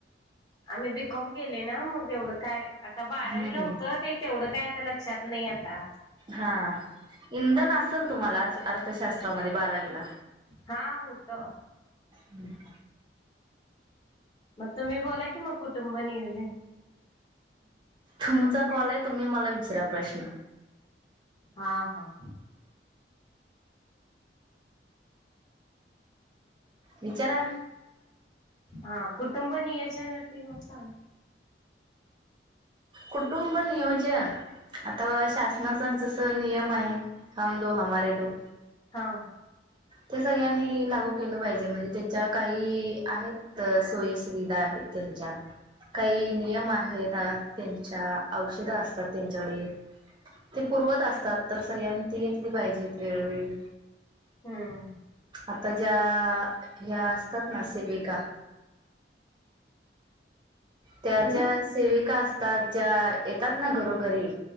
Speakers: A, on the left; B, on the right.
A: आम्ही बीकॉम केले ना मग एवढं काय आता बारावीला
B: हम्म.
A: होतं ते तेवढं काय आता लक्षात नाही आता
B: हा इंधन असेल ना तुम्हाला अर्थशास्त्रामध्ये बारावीला
A: हा होत
B: हम्म
A: मग तुम्ही बोला कि मग कुटुंब नियोजन
B: तुमचा कॉल आहे तुम्ही मला विसरा प्रश्न
A: हा हा
B: विचारा
A: हा कुटुंब नियोजनावरती मग सांग
B: कुटुंब नियोजन. आता बाबा शासनाचा जस नियम आहे हम दो हमारे दो.
A: हा.
B: ते सगळ्यांनी लागू केलं पाहिजे म्हणजे त्याच्या काही आहेत त सोयी सुुविधा आहेत त्यांच्या काही नियम आहेत त्यांच्या औषध असतात त्यांच्याकडे ते पूर्वत असतात तर सगळ्यांनी ती घेतली पाहिजे वेळोवेळी
A: हम्म
B: आता ज्या ह्या असतात ना सेविका. त्या
A: हम्म
B: ज्या सेविका असतात ज्या येतात ना घरोघरी.